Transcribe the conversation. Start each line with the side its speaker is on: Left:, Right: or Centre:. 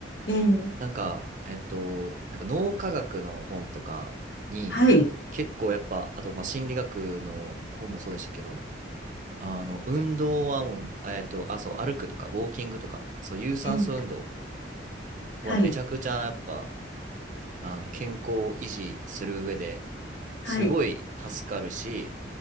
Left: ええ。
Right: なんか、えっと、なんか脳科学の本とかに、
Left: はい。
Right: 結構やっぱ、あと、まあ、心理学の本もそうでしたけど、あの、運動はもう、えっと、あ、そう、歩くとか、ウォーキングとか、そう、有酸素運動
Left: ええ。
Right: はめちゃくちゃやっぱ、
Left: はい。
Right: あの、健康を維持する上で
Left: はい。
Right: すごい助かるし、